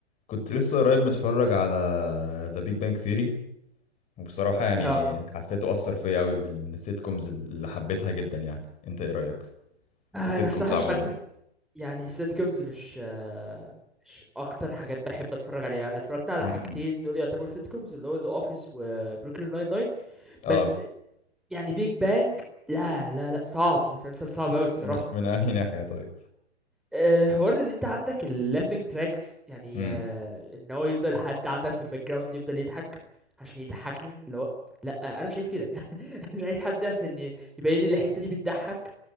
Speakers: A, on the left; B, in the centre.
A: كنت لسه قريب متفرج على ذا بيج بانج ثيري وبصراحة يعني
B: اه
A: حسيته أثر فيا أوي من ال- من السيت كومز اللي حبيتها جدا يعني أنت إيه رأيك
B: انا
A: في سيت
B: الصراحه
A: كومز عموما؟
B: مش هكدب يعني السيت كومز مش آه، مش اكتر حاجات بحب اتفرج عليها انا اتفرجت على
A: امم
B: حاجتين دول يعتبروا سيت كومز اللي هو ذا اوفيس وبروكلين ناين ناين
A: اه
B: بس يعني بيج بانج لا لا لا صعب مسلسل صعب قوي الصراحه
A: م- من انهي ناحية طيب
B: آه، حوار ان انت عندك اللافينج تراكس يعني
A: امم
B: آه، ان هو يفضل حد عندك في الباك جراوند يفضل يضحك عشان يضحكني اللي هو لا انا مش عايز كده <laughs> انا مش عايز حد عشان ي- يبين لي الحته دي بتضحك